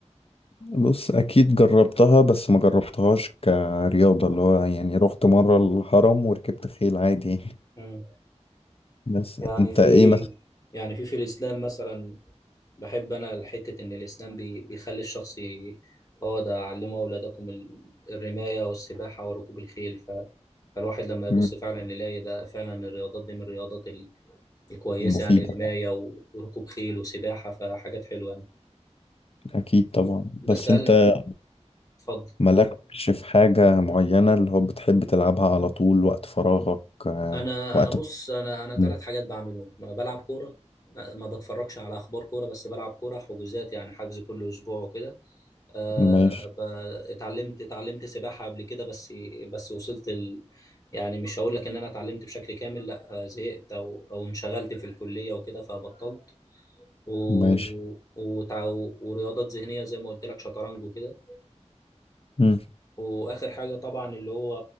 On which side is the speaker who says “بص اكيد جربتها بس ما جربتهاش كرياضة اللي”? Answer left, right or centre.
Left